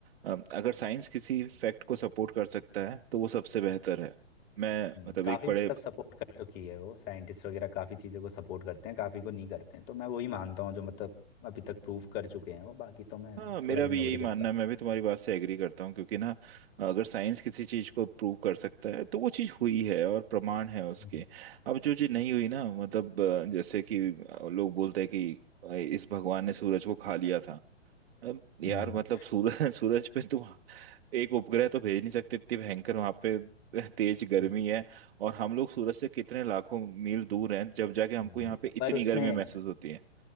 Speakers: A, on the right; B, on the left.
A: अ, अगर साइंस किसी फैक्ट को सपोर्ट कर सकता है तो वो सबसे बेहतर है मैं
B: हम्म,
A: मतलब
B: काफी
A: एक बड़े
B: मतलब सपोर्ट कर चुकी है वो साइंटिस्ट वगैरह काफी चीजों को सपोर्ट करते हैं काफी को नहीं करते हैं तो मैं वही मानता हूँ जो मतलब अभी तक प्रूफ कर चुके हैं वो बाकी तो मैं
A: हाँ मेरा
B: थोड़ा इग्नोर
A: भी यही
B: ही
A: मानना
B: करता हूँ
A: है मैं भी तुम्हारी बात से एग्री करता हूँ क्योंकि ना अगर साइंस किसी चीज को प्रूव कर सकता है तो वो चीज हुई है और प्रमाण है उसके
B: हम्म
A: अब जो चीज नहीं हुई ना मतलब अ, जैसे कि अ, लोग बोलते हैं कि अ, इस भगवान ने सूरज को खा लिया था अब यार
B: हम्म,
A: मतलब सूरज <laughs> सूरज पे तुम एक उपग्रह तो भेज नहीं सकते इतनी भयंकर वहां पे <laughs> तेज गर्मी
B: हम्म।
A: है और हम लोग सूरज से कितने लाखों मील दूर हैं जब जाके हमको
B: हम्म।
A: यहाँ पे इतनी
B: पर उसमें
A: गर्मी महसूस होती है